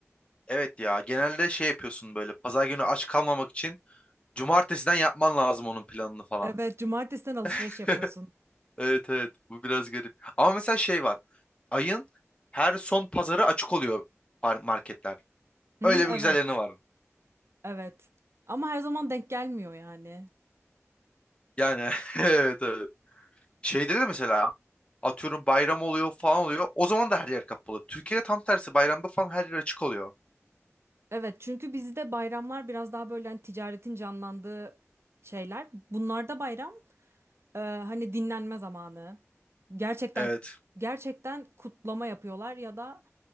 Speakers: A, on the left; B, on the right.
A: Evet ya genelde şey yapıyorsun böyle pazar günü aç kalmamak için cumartesiden yapman lazım onun planını falan.
B: Evet, cumartesiden alışveriş
A: <laughs>
B: yapıyorsun.
A: Evet evet bu biraz garip. Ama mesela şey var. Ayın her son pazarı açık oluyor par- marketler.
B: Hı
A: Öyle
B: hı, evet.
A: bir güzel yanı var.
B: Evet. Ama her zaman denk gelmiyor yani.
A: Yani <laughs> evet evet. Şeyde de mesela atıyorum bayram oluyor falan oluyor. O zaman da her yer kapalı. Türkiye'de tam tersi bayramda falan her yer açık oluyor.
B: Evet çünkü bizde bayramlar biraz daha böyle hani ticaretin canlandığı şeyler. Bunlarda bayram e, hani dinlenme zamanı. Gerçekten
A: Evet.
B: gerçekten kutlama yapıyorlar ya da